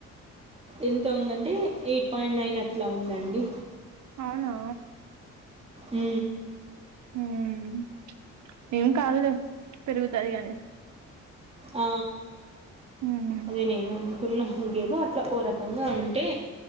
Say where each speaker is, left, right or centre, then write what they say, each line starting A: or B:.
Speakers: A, on the right; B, on the right.
A: ఎంత ఉందంటే ఎయిట్ పాయింట్ నైన్ అట్ల ఉందండి
B: అవునా
A: ఉ
B: ఉమ్ ఏం కాదులె పెరుగుతది గాని
A: ఆ
B: హ్మ్
A: అదే నేను అన్న కున్న ఇంకేదో అట్లా ఓ రకంగా ఉంటే